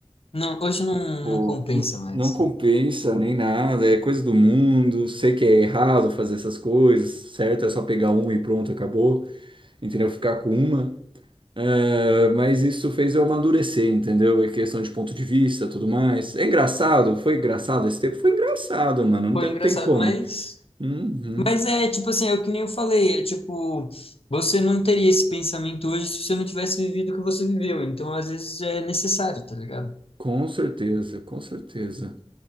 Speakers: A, on the left; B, on the right.
A: não, hoje não,
B: tipo,
A: não compensa mais.
B: não compensa nem nada, é coisa do mundo. Sei que é errado fazer essas coisas, certo? É só pegar uma e pronto, acabou. Entendeu? Ficar com uma. É, mas isso fez eu amadurecer, entendeu? É questão de ponto de vista, tudo mais. É engraçado, foi engraçado esse tempo? Foi engraçado, mano. Não
A: Foi
B: tem,
A: engraçado,
B: não tem como.
A: mas.
B: Uhum,
A: Mas é tipo assim, é o que nem eu falei, é tipo, você não teria esse pensamento hoje se você não tivesse vivido o que você viveu. Então, às vezes, é necessário, tá ligado?
B: com certeza, com certeza.